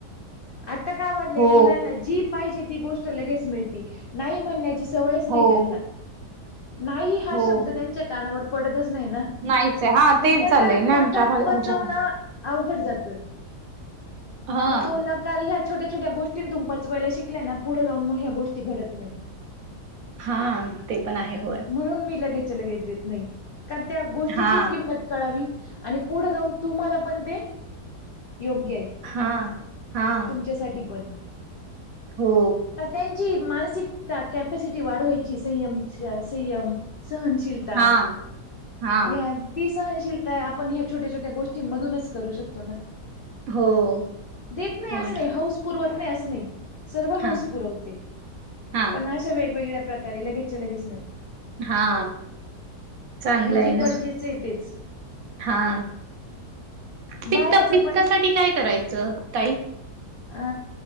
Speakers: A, on the left; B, on the right.
A: आता का वाढलंय?
B: हो
A: मुलांना जी प पाहिजे ती गोष्ट लगेच मिळती, नाही म्हणण्याची सवयच नाही
B: हो
A: त्यांना, नाही हा
B: हो
A: शब्द त्यांच्या कानावर पडतच नाही ना.
B: नाहीच आहे हा
A: मग
B: तेच
A: त्यांना
B: झालंय ना
A: नकार
B: आमच्या
A: पचवणं
B: आमच्या पण
A: अवघड जातं.
B: हा
A: मग तो नकार ह्या छोट्या छोट्या गोष्टींतुन पचवायला शिकलं ना, पुढे जाऊन मग ह्या गोष्टी घडत नाही.
B: हा, ते पण आहे, होय.
A: म्हणून मी लगेचच्या लगेच देत नाही, कारण त्या गोष्टीची
B: हा
A: किंमत कळावी. आणि पुढे जाऊन तुम्हाला पण ते, योग्य आहे.
B: हा, हा,
A: च्या साठी पण,
B: हो
A: का त्यांची मानसिकता, कॅपॅसिटी वाढवाय ची संयम संयम, सहनशीलता
B: हा हा
A: ह्या ती सहनशीलता आपण ह्या छोट्या छोट्या गोष्टींमधूनच करू शकतो ना.
B: हो
A: देत नाही
B: हो
A: असं
B: ना
A: नाही, हौस पुरवत नाही असं नाही, सर्व
B: हा
A: हौस पुरवते,
B: हा
A: पण अ वेगवेगळ्या प्रकारे लगेचच्या लगेच नाही.
B: हा चांगलं
A: आणि
B: आहे
A: जे
B: ना
A: गरजेचं आहे तेच.
B: हा, पित्त
A: बाहेरचं
B: पित्तासाठी
A: पण
B: काय करायचं ताई?
A: अ